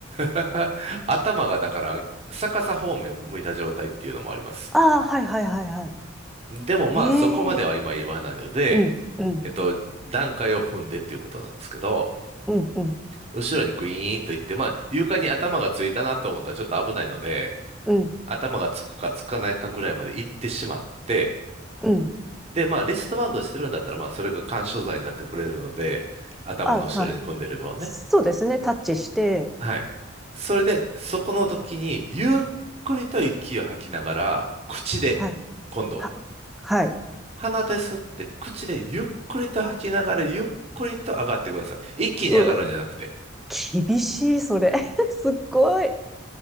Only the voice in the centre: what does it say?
ああ、はいはいはいは
い。ええうん、うん、
うん、うん、
うん、
うん。
あ、はい。そうですね。タッチして、
はい。
は、はい。
うー、厳しい、それ。<laughs> すっごい。